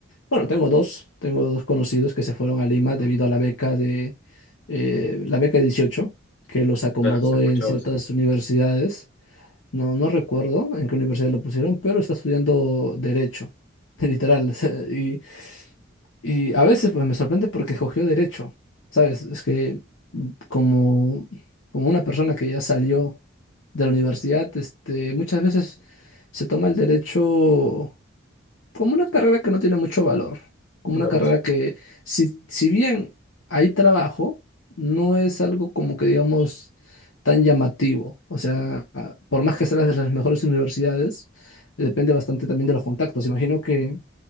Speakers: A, on the left; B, on the left.
A: bueno, tengo dos, tengo dos conocidos que se fueron a Lima debido a la beca de, eh, la beca dieciocho que los acomodó
B: claro, sí he escuchado
A: en ciertas
B: esa
A: universidades no, no recuerdo en qué universidad lo pusieron, pero está estudiando derecho, <laughs> literal. o sea, Y, y a veces pues, me sorprende porque cogió derecho, ¿sabes? Es que mm, como, como una persona que ya salió de la universidad, este, muchas veces se toma el derecho como una carrera que no tiene mucho valor, como una
B: voz.
A: carrera que, si, si bien hay trabajo, no es algo como que digamos tan llamativo. O sea, a- por más que salgas de las mejores universidades, depende bastante también de los contactos. Imagino que